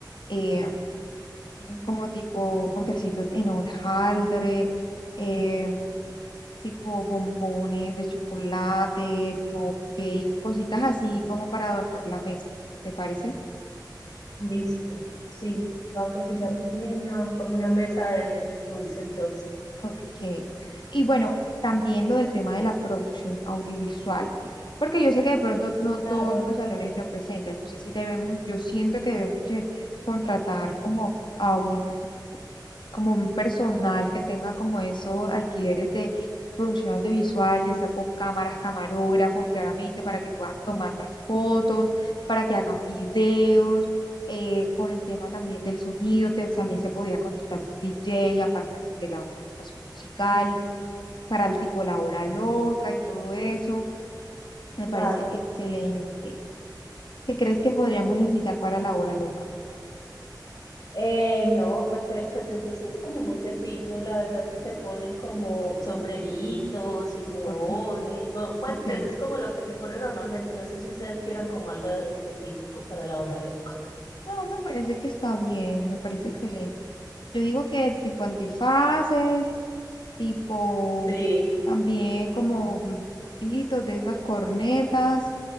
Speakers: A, on the left (about 85°); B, on the left (about 55°).
A: eh,
B: Ok,
A: como tipo postrecitos en hojaldre, eh, tipo bombones de chocolate, cupcakes, cositas así como para adornar la mesa. ¿Te parece?
B: listo. Sí, va a cotizar, pues mira, una, como una mesa de dulce entonces.
A: Ok. Y bueno, también lo del tema de la producción audiovisual, porque yo sé que de pronto no
B: Claro,
A: todos los salones lo presentan, entonces sí debemos, yo siento que debemos de contratar como a un, como un personal que tenga como esos alquileres de producción audiovisual, ya sea con cámaras, camarógrafos, claramente, para que puedan tomar las fotos, para que hagan videos, eh, con el tema también del sonido, te- también se podría contratar un DJ aparte pues, de la educación musical, para el tipo la hora loca y todo eso. Me
B: claro.
A: parece excelente. ¿Qué crees que podríamos necesitar para la hora loca?
B: Eh, no, pues, eh, pues eso sí es como muy sencillo. La verdad es que se ponen como sombreritos y neones,
A: Ok,
B: o pues
A: ok.
B: eso es como lo que se pone normalmente. No sé si ustedes quieran como algo específico para la hora loca.
A: No, me parece que está bien, me parece excelente. Yo digo que tipo antifaces, tipo
B: Sí.
A: también como pitos de esas cornetas,